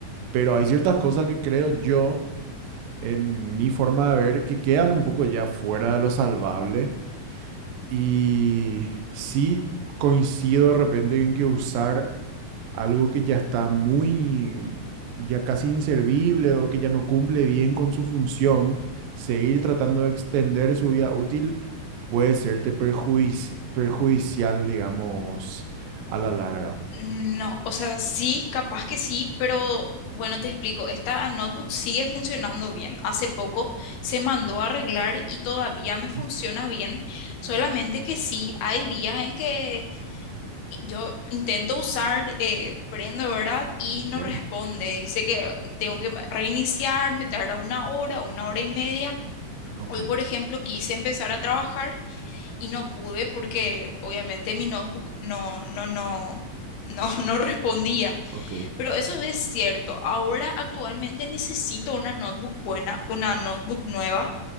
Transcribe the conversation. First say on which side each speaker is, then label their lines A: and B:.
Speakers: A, on the right (about 75°); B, on the left (about 85°).
A: Pero hay ciertas cosas que creo yo, en mi forma de ver, que quedan un poco ya fuera de lo salvable. Y sí coincido de repente en que usar algo que ya está muy, ya casi inservible o que ya no cumple bien con su función, seguir tratando de extender su vida útil puede serte perjuici- perjudicial, digamos, a la larga.
B: No, o sea, sí, capaz que sí, pero bueno, te explico, esta notebook sigue funcionando bien. Hace poco se mandó a arreglar y todavía
A: Ujú.
B: me funciona bien, solamente que sí, hay días en que yo intento usar, eh, prendo, ¿verdad? Y no
A: Ok,
B: responde, dice que tengo que reiniciar, me tarda una hora, una hora y media.
A: ok,
B: Hoy, por ejemplo, quise empezar a trabajar y no pude porque obviamente mi notebook no, no, no, no, <laughs> no respondía.
A: ok,
B: Pero eso es cierto. Ahora actualmente necesito una notebook buena, una notebook nueva